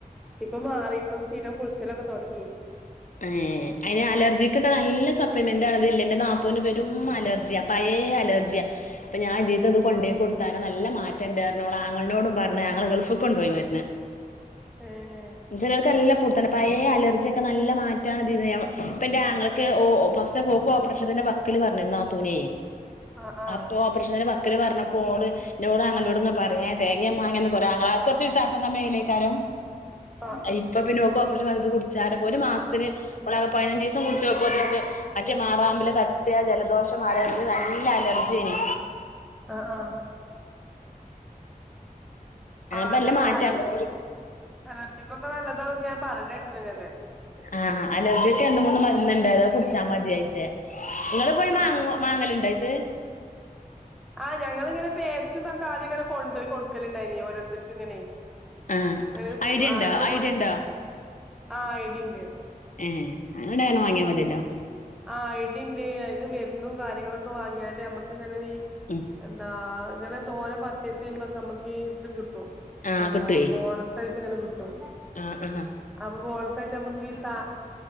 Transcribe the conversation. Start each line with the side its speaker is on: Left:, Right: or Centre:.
Centre: ഇപ്പം മാറി ഇപ്പം സ്ഥിരം കുൾച്ചലൊക്കെതോട്ങ്ങി.
Left: ഏഹ്. അയ്നലർജിക്കൊക്കെ നല്ല സപ്ലിമെന്റ്ണതില് ല്ലെ ഇന്റെ നാത്തൂന് പെരും അലർജ്യാ അപ ഏ അലർജ്യാ പ്പ ഞാൻ ഇതീത്തത് കൊണ്ടോയി കൊട്ത്താരെ നല്ല മാറ്റ ണ്ടാർഞ്ഞു ഒളാങ്ങൾനോടും പർഞ്ഞ് ആങ്ങള ഗൾഫ്‌ക്കൊണ്ടോയി മര്ന്ന്.
Centre: ഏഹ്
Left: ചെലോൽക്ക് നല്ല പുട്ത്താണ് പയേ അലർജ്യക്കെ നല്ല മാറ്റാണ് തിന്ന് <unintelligible> ഇപ്പൻ്റാങ്ങൾക്ക് ഓഹ് ഒഹ് ഫസ് ച്ചക്കോ ക്കോപ്രേഷത്തിന്റെ വക്ക്ല് പർഞ്ഞ് താത്തൂനേ
Centre: ആഹ് ആഹ്
Left: അപ്പോ പ്രശത്തിന്റെ വക്ക്ല് പർഞ്ഞപ്പോള് ന്നോള് ആങ്ങളനോട്ങ്ങ പറയേ തേങ്ങ്യേ മാങ്ങേന്നൊക്കൊരാങ്ങളാര് കൊർച്ച് വിശ്വാസം കമ്മ്യേലേക്കാരം.
Centre: ആഹ്
Left: ഇപ്പ
Centre: ആഹ്
Left: പിന്നോക്ക് ഓപ്പറേഷൻ പർഞ്ഞ് ത് കുടിച്ചാരപ്പൊരു മാസത്തിന് ഓളാക്കെ പതിനഞ്ചിസം കുടിച്ച് പ്പോത്തി നോക്ക് മറ്റേ മാറാമ്പില തട്ട്യാ ജലദോഷം മാറെ <unintelligible> നല്ല ലർജ്യേനി
Centre: ആഹ് ആഹ് ആഹ്
Left: അപ്പൊ
Centre: അതേപോലെ
Left: നല്ല മാറ്റാണ്
Centre: അലർ അലർജിക്കൊക്കെ നല്ലതാന്നൊക്കെ ഞാൻ പറഞ്ഞേട്ടി <unintelligible>
Left: ആഹ് ആഹ് അലർജിക്കണ്ട് മൂന്ന് മരുന്ന് ണ്ടാതാ കുടിച്ചാ മത്യയ്ത്തെ. ഇങ്ങള് പോയി
Centre: ആഹ്
Left: മാങ്ങ് മാങ്ങല്ണ്ടായ്ത്?
Centre: ആഹ് ഞങ്ങിങ്ങനെ പേസ്റ്റുംതൊക്കാദ്യ ങ്ങനെ കൊണ്ടോയ് കൊട്ക്കല്ണ്ടായിനീ ഓരോര്ത്തര്ക്ക് ങ്ങനെ
Left: ആഹ്
Centre: ഏഹ്
Left: ഐഡിയ ഉണ്ടോ
Centre: അങ്ങനെ പോല്
Left: ഐഡിയ ഉണ്ടോ
Centre: ആഹ് ഐടിണ്ട്.
Left: ഏഹ് അങ്ങനെണ്ടെ അങ്ങനെ വാങ്ങ്യാ മത്യല്ലോ.
Centre: ആഹ് ഐടിണ്ട് അയ്ന്ന് മരുന്നും കാര്യങ്ങളൊക്കെ വാങ്ങ്യാണ്ട് അമ്മക്ക് ങ്ങനെ ഈ
Left: ഉം
Centre: എന്താ ഇങ്ങനെ തോനെ പർച്ചേസെയ്യുമ്പക്ക മ്മക്ക് ഈ ഇത് കിട്ടും.
Left: ആഹ്
Centre: എന്താ
Left: കിട്ടുവേ
Centre: ബോണസായിട്ട് ങ്ങനെ കിട്ടും.
Left: ആഹ് ആഹ്
Centre: അപ്പൊ പോണസായിട്ടമ്മക്ക് ഈ സാ